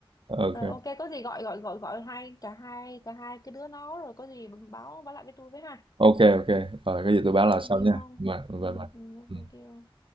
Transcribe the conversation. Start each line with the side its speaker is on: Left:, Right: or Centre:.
Right: ok
Left: rồi ok, có gì gọi gọi gọi gọi hai cả hai cả hai cái đứa nó rồi có gì báo báo lại với tôi với ha.
Right: ok ok rồi cái gì tôi báo là
Left: Thank
Right: sau
Left: you
Right: nha
Left: ông.
Right: bye bye
Left: Ừ,
Right: bye.
Left: ừ,
Right: Ừ.
Left: thank you.